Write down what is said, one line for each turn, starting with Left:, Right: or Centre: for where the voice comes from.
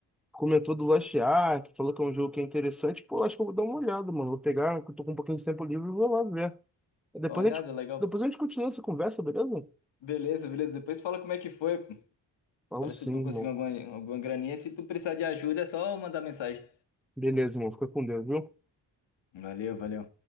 Centre: comentou do Lost Ark, falou que é um jogo que é interessante, pô, acho que eu vou dar uma olhada, mano. Vou pegar, que eu tô com um pouquinho de tempo livre e vou lá ver. Depois
Left: Tô olhada,
Centre: a gente,
Left: legal.
Centre: depois a gente continua essa conversa, beleza?
Left: Beleza, beleza. Depois fala como é que foi, pô.
Centre: Ou
Left: Fala
Centre: sim,
Left: se tu conseguiu
Centre: irmão.
Left: alguma, alguma graninha. Se tu precisar de ajuda, é só mandar mensagem.
Centre: Beleza, irmão. Fica com Deus, viu?
Left: Valeu, valeu.